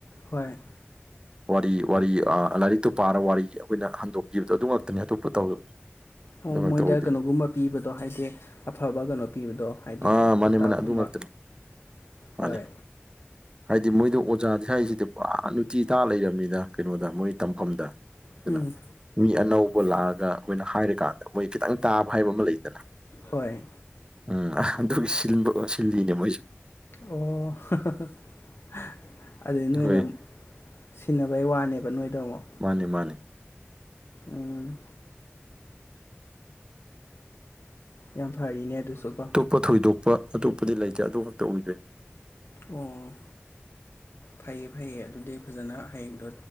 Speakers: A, on the left; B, on the right.
A: ꯍꯣꯏ
B: <inaudible> ꯋꯥꯔꯤ ꯋꯥꯔꯤ ꯑꯥ ꯂꯥꯏꯔꯤꯛꯇꯨ ꯄꯥꯔ ꯋꯥꯔꯤ ꯑꯈꯣꯏꯅ ꯍꯟꯗꯣꯛꯄꯤꯕꯗꯣ ꯑꯗꯨ ꯉꯛꯇꯅꯤ ꯑꯇꯣꯞꯄ ꯇꯧꯔꯣꯏ
A: ꯑꯣ
B: ꯑꯗꯨ ꯉꯥꯛꯇ
A: ꯃꯣꯏꯗ
B: ꯑꯣꯏꯗꯣꯏꯅꯤ
A: ꯀꯩꯅꯣꯒꯨꯝꯕ ꯄꯤꯕꯗꯣ ꯍꯥꯏꯗꯤ ꯑꯐꯕ ꯀꯩꯅꯣ ꯄꯤꯕꯗꯣ ꯍꯥꯏꯗꯤ
B: ꯑꯥ ꯃꯥꯅꯦ
A: ꯄꯥꯎꯇꯥꯛꯀꯨꯝꯕ
B: ꯃꯥꯅꯦ ꯑꯗꯨ ꯉꯥꯛꯇꯅꯤ ꯃꯥꯅꯤ
A: ꯍꯣꯏ
B: ꯍꯥꯏꯗꯤ ꯃꯣꯏꯗꯣ ꯑꯣꯖꯥꯗꯤ ꯍꯥꯏꯁꯤꯗꯤ ꯄꯨꯔꯥ ꯇꯤ ꯇꯥ ꯂꯩꯔꯕꯅꯤꯅ ꯀꯩꯅꯣꯗ ꯃꯣꯏ ꯇꯝꯐꯝꯗ ꯑꯗꯨꯅ
A: ꯎꯝ
B: ꯃꯤ ꯑꯅꯧꯕ ꯂꯥꯛꯑꯒ ꯑꯈꯣꯏꯅ ꯍꯥꯏꯔꯀꯥꯟꯗ ꯃꯣꯏ ꯈꯤꯇꯪ ꯇꯥꯕ ꯍꯥꯏꯕ ꯑꯃ ꯂꯩꯗꯅ
A: ꯍꯣꯏ
B: ꯎꯝ ꯑ ꯑꯗꯨꯒꯤ ꯁꯤꯟꯕ ꯁꯤꯜꯂꯤꯅꯦ ꯃꯣꯏꯁꯨ
A: ꯑꯣ ꯍꯥ ꯍꯥ ꯍꯥ ꯑꯗꯨꯗꯤ ꯅꯣꯏꯅ
B: ꯑꯩꯈꯣꯏ
A: ꯁꯤꯟꯅꯕꯩ ꯋꯥꯅꯦꯕ ꯅꯣꯏꯗ ꯑꯃꯨꯛ
B: ꯃꯥꯅꯦ ꯃꯥꯅꯦ
A: ꯎꯝ ꯌꯥꯝ ꯐꯔꯤꯅꯦ ꯑꯗꯨꯁꯨ ꯀꯣ
B: ꯄꯨ ꯊꯣꯏꯗꯣꯛꯄ ꯑꯇꯣꯞꯄꯗꯤ ꯂꯩꯇꯦ ꯑꯗꯨ ꯈꯛꯇ ꯑꯣꯏꯗꯣꯏꯅꯤ
A: ꯑꯣ ꯐꯩꯌꯦ ꯐꯩꯌꯦ ꯑꯗꯨꯗꯤ ꯐꯖꯅ ꯍꯌꯦꯡꯗꯣ